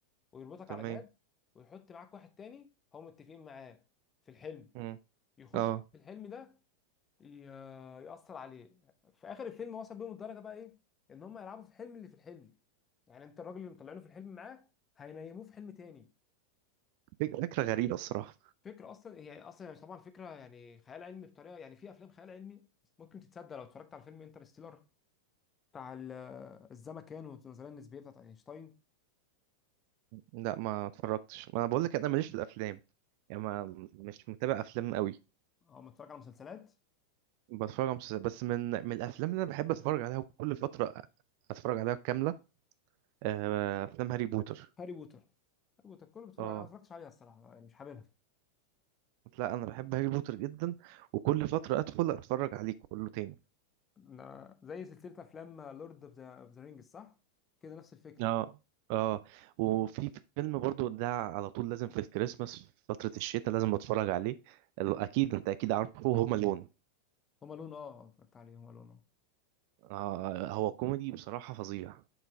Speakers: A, on the left (about 20°); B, on the right (about 45°).
A: ويربطك
B: تمام
A: على جهاز ويحط معاك واحد تاني هم متفقين معاه في الحلم
B: مم.
A: يخش
B: اه
A: في الحلم ده ي- آه، يأثر عليه في اخر الفيلم وصل بيهم الدرجه بقى ايه ان هم يلعبوا في الحلم اللي في الحلم يعني انت الراجل اللي مطلعينه في الحلم معاه هينيموه في حلم تاني
B: فك- فكرة غريبة الصراحة
A: فكرة أصلا هي أصلا طبعا فكرة يعني خيال علمي بطريقة يعني في أفلام خيال علمي ممكن تتصدق لو اتفرجت على فيلم انترستيلر بتاع ال- الزمكان والنظرية النسبية بتاعت أينشتاين
B: لا ما اتفرجتش ما انا بقول لك انا ماليش في الافلام يعني ما مش متابع افلام قوي
A: أو متفرج على مسلسلات
B: بتفرج على مسلسلات بس من من الافلام اللي انا بحب اتفرج عليها كل فترة اتفرج عليها كاملة آه، افلام هاري بوتر
A: هاري بوتر هاري بوتر كله بتفرج
B: اه
A: عليها أنا ما اتفرجتش عليها الصراحة يعني مش حاببها
B: لا انا بحب هاري بوتر جدا وكل فتره ادخل اتفرج عليه كله تاني
A: ده زي سلسلة أفلام لورد أوف ذا رينجز صح؟ كده نفس الفكرة
B: اه اه وفي فيلم برضو ده على طول لازم في الكريسماس في فتره الشتاء لازم اتفرج عليه ال- اكيد انت اكيد عارفه هوم الون
A: هما لون أه اتفرجت عليه هما لون
B: آه هو كوميدي بصراحه فظيع